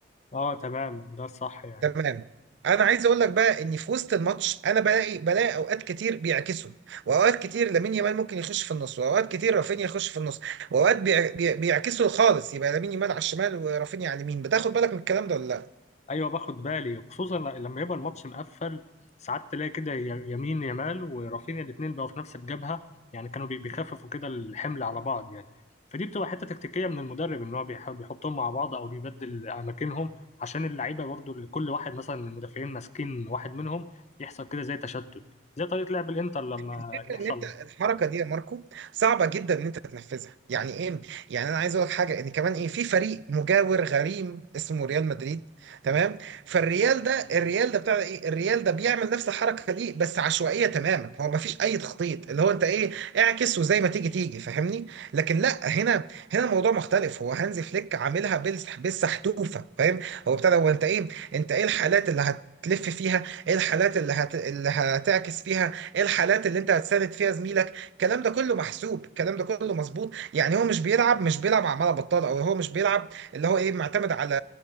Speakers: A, on the left; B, on the right.
A: اه تمام ده الصح يعني
B: تمام انا عايز اقول لك بقى ان في وسط الماتش انا بلاقي بلاقي اوقات كتير بيعكسوا واوقات كتير لامين يامال ممكن يخش في النص واوقات كتير رافينيا يخش في النص واوقات بيع- بيع- بيعكسوا خالص يبقى لامين يامال على الشمال ورافينيا على اليمين بتاخد بالك من الكلام ده ولا لا
A: ايوه باخد بالي خصوصا لما يبقى الماتش مقفل ساعات تلاقي كده ي- يمين يمال ورافينيا الاثنين بقوا في نفس الجبهه يعني كانوا بي- بيخففوا كده الحمل على بعض يعني فدي بتبقى حته تكتيكيه من المدرب ان هو بيح- بيحطهم مع بعض او بيبدل اماكنهم عشان اللعيبه برضو اللي كل واحد مثلا من المدافعين ماسكين واحد منهم يحصل كده زي تشتت زي طريقه لعب الانتر لما
B: الفكره
A: يحصل
B: ان انت الحركه دي يا ماركو صعبه جدا ان انت تنفذها يعني ايه يعني انا عايز اقول لك حاجه ان كمان ايه في فريق مجاور غريم اسمه ريال مدريد تمام فالريال ده الريال ده بتاع ايه الريال ده بيعمل نفس الحركه دي بس عشوائيه تماما هو ما فيش اي تخطيط اللي هو انت ايه اعكس وزي ما تيجي تيجي فاهمني لكن لا هنا هنا الموضوع مختلف هو هانزي فليك عاملها بالس- بالسحتوفه فاهم هو بتاع ده هو انت ايه انت ايه الحالات اللي هتلف فيها ايه الحالات اللي هت... اللي هتعكس فيها ايه الحالات اللي انت هتساند فيها زميلك الكلام ده كله محسوب الكلام ده كله مظبوط يعني هو مش بيلعب مش بيلعب عمالة بطال او هو مش بيلعب اللي هو ايه معتمد على